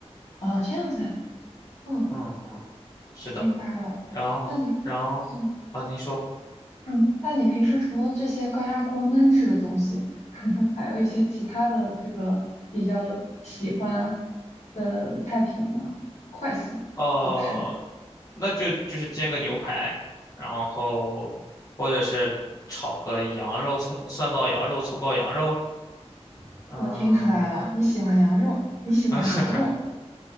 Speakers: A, on the left (about 80°); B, on the left (about 30°).
A: 哦，这样子，哦，
B: 嗯，是的。
A: 明白了。
B: 然后，
A: 那你，
B: 然后啊，
A: 嗯
B: 您说，
A: 嗯，那你平时除了这些高压锅焖制的东西，<laughs> 还有一些其他的这个比较喜欢的菜品呢？快速好吃，
B: 哦、那就就是煎个牛排，然后或者是炒个羊肉、葱蒜爆羊肉、葱爆羊肉。嗯，
A: 我听出来了，你喜欢羊肉，你喜欢牛肉。
B: <laughs>